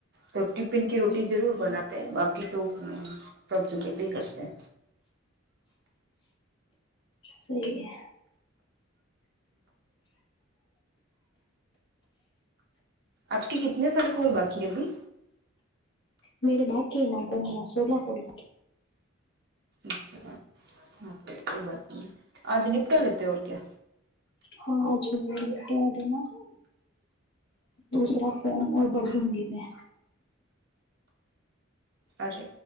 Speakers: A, on the right; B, on the left.
A: تو ٹفن
B: ہ
A: کی روٹی ضرور بناتے ہیں باقی تو ہوں سب چلے پے ہی کرتے ہیں
B: سہی ہے
A: آپ کے کتنے سارے کول باقی ہے ابھی
B: میرے باقی نکو میرا سولہ کول
A: اچھا ہاں تو کوئی بات نہیں آج نپٹا لیتے اور کیا
B: ہاں آج نپٹا دینا ہے دوسرا فم اور بردونگی میں
A: ارے